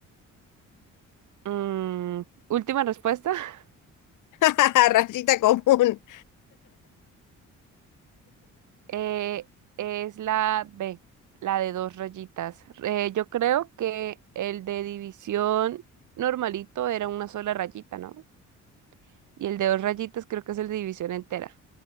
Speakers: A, on the right (about 75°); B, on the left (about 85°).
A: Mm, última respuesta. <laughs>
B: <laughs> Rayita común.
A: Eh, es la B, la de dos rayitas. Eh, yo creo que el de división normalito era una sola rayita, ¿no? Y el de dos rayitas creo que es el de división entera.